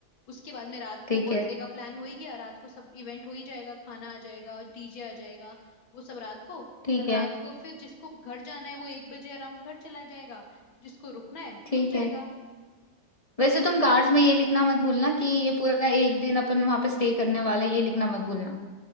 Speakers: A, on the left; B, on the left.
A: उसके बाद में रात
B: ठीक
A: को बर्थडे
B: है
A: का प्लान हो ही गया रात को सब इवेंट हो ही जाएगा खाना आ जाएगा डीजे आ जाएगा वो सब रात को
B: ठीक
A: और रात
B: है
A: को फिर जिसको घर जाना है वो एक बजे अराउंड घर चला जाएगा जिसको रुकना है
B: ठीक
A: वो रुक जाएगा
B: है वैसे तुम कार्ड्स में ये लिखना मत भूलना कि ये पूरा एक दिन अपन वहां पे स्टे करने वाला है, ये लिखना मत भूलना